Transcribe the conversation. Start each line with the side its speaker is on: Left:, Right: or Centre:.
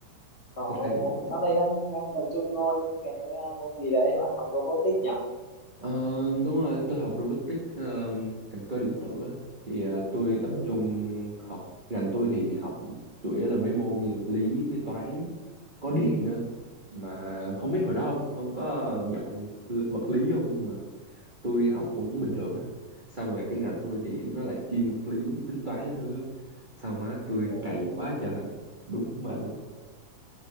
Left: Đó,
Right: Tôi thấy
Left: đấy. dạo này đang đang tập trung ôn những cái ờ, môn gì đấy, bạn học robotics nhỉ?
Right: ờ, đúng rồi, tôi học robotics ờ, ngành cơ điện tử á. thì ờ, tôi tập
Left: Ừ.
Right: trung học ngành tôi thì học chủ yếu là mấy môn như lý với toán có điện nữa mà không biết hồi đó ông, ông có giỏi vật lý không nhưng tôi học cũng bình thường á xong rồi cái ngành tôi thì nó lại chuyên vật lý tính toán cái thứ á xong á tôi
Left: Ừ.
Right: cày quá trời luôn. đúng mà luôn